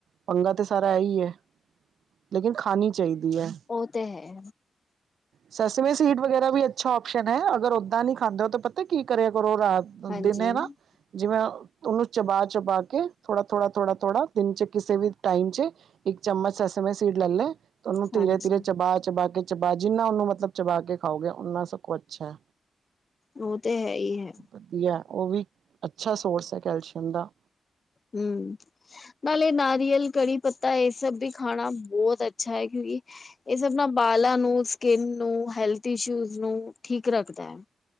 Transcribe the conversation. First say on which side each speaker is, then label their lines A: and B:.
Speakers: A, on the right; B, on the left.
A: ਪੰਗਾ 'ਤੇ ਸਾਰਾ ਐਈ ਐ। ਲੇਕਿਨ ਖਾਨੀ ਚਾਈਦੀ ਐ।
B: ਓ 'ਤੇ ਹੈ।
A: ਸਸਵੇਂ ਸੀਟ ਵਗੈਰਾ ਵੀ ਅੱਛਾ ਓਪਸ਼ਨ ਐ ਅਗਰ ਉਦਾਂ ਨੀ ਖਾਂਦੇ ਓ ਤਾਂ ਪਤਾ ਕੀ ਕਰਿਆ ਕਰੋ ਰਾ
B: ਹਾਂਜੀ
A: ਦਿੰਨੇ
B: ਹੂੰ,
A: ਨਾ ਜਿਵੇਂ ਉਨੂੰ ਚਬਾ-ਚਬਾ ਕੇ ਥੋੜਾ-ਥੋੜਾ-ਥੋੜਾ-ਥੋੜਾ ਦਿਨ 'ਚ ਕਿਸੇ ਵੀ ਟਾਈਮ 'ਚ ਇੱਕ ਚਮਚ ਐਸੇ ਮੇਂ ਸੀਡ ਲੈ ਲੈਂ 'ਤੇ ਉਨੂੰ
B: ਹਾਂਜੀ
A: ਤੀਰੇ-ਤੀਰੇ ਚਬਾ-ਚਬਾ ਕੇ ਚਬਾ ਜਿੰਨਾ ਉਨੂੰ ਮਤਲਬ ਚਬਾ ਕੇ ਖਾਓਗੇ ਉਨਾਂ ਸਕੋ ਅੱਛਾ ਐ।
B: ਓ 'ਤੇ ਹੈ ਈ ਹੈ।
A: ਵਧੀਆ ਓ ਵੀ ਅੱਛਾ ਸੋਰਸ ਐ ਕੈਲਸ਼ੀਅਮ ਦਾ।
B: ਹੂੰ ਨਾਲੇ ਨਾਰੀਅਲ, ਕੜੀ ਪੱਤਾ ਏ ਸਭ ਵੀ ਖਾਣਾ ਬੋਤ ਅ ਛਾ ਏ ਕਿਉਂਕਿ ਏ ਸਭ ਨਾ ਬਾਲਾਂ ਨੂੰ ਸ ਕਿੰਨ ਨੂੰ, ਹੈਲਥ ਇਸ਼ੂਜ਼ ਨੂੰ ਠੀਕ ਰੱਖਦਾ ਐ।